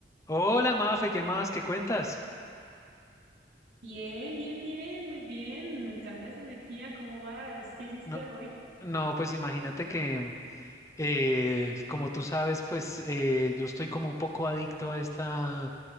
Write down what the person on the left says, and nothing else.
Hola, Mafe, ¿qué más? ¿Qué cuentas?
No,
no, pues imagínate que, eh, como tú sabes, pues eh, yo estoy como un poco adicto a esta,